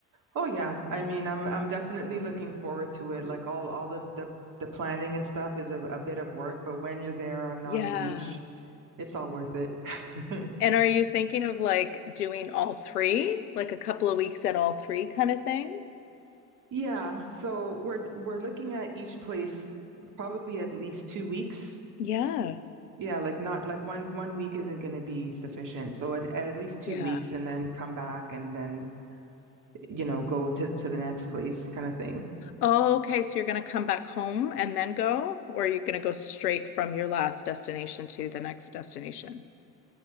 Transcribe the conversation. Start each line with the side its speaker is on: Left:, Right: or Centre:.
Right: Oh yeah, I mean, I'm I'm definitely looking forward to it. Like all all the the, the planning and stuff is a, a bit of work, but when you're there on
Left: Yeah.
Right: on the beach, it's all worth it. <laughs>
Left: And are you thinking of like doing all three, like a couple of weeks at all three kind of thing?
Right: Yeah, so we're we're looking at each place probably at least two weeks.
Left: Yeah.
Right: Yeah, like not like one one week isn't going to be sufficient. So at, at least two
Left: Yeah.
Right: weeks and then come back and then you know go to to the next place kind of thing.
Left: Oh, okay. So you're going to come back home and then go, or are you going to go straight from your last destination to the next destination?